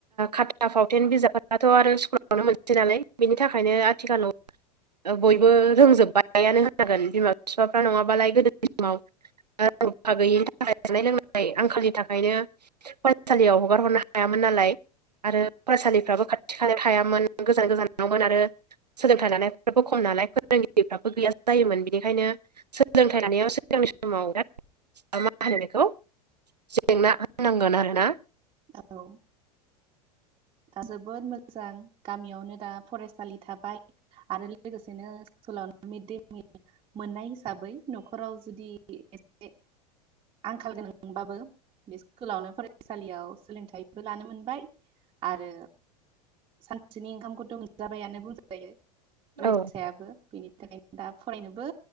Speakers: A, on the right (about 80°); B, on the right (about 25°).
A: खाथा फावथेन बिजाबफोराथ' आरो स्कुलावनो मोनसै नालाय बेनि थाखायनो आथिखालाव बयबो रोंजोब्बायानो होनागोन बिमा-बिफाफ्रा नङाबालाय गोदोनि समाव रां-रुफा गैयिनि थाखाय जानाय लोंनाय आंखालनि थाखायनो फरायसालियाव हगार हरनो हायामोन नालाय आरो फरायसालिफ्राबो खाथि-खालायाव थायामोन गोजान-गोजान नावमोन आरो सोलोंथाइ लानायफ्राबो खम नालाय फोरोंगिरिफ्राबो गैया जायोमोन बिनिखायनो सोलोंथाइ लानायाव सिगांनि समाव बिराद मा होनो जेंना होनांगोन आरो ना।
B: औ दा जोबोद मोजां गामियावनो दा फरायसालि थाबाय आरो लोगोसेनो स्कुलावनो मिड दे मिल मोननाय हिसाबै न'खराव जुदि एसे आंखाल गोनांबाबो बे स्कुलावनो लानो मोनबाय आरो सानसेनि ओंखामखौथ' मोनजाबायानो बुंज जायो। फरायसायाबो
A: औ
B: बेनि थाखायनो। दा फरायनोबो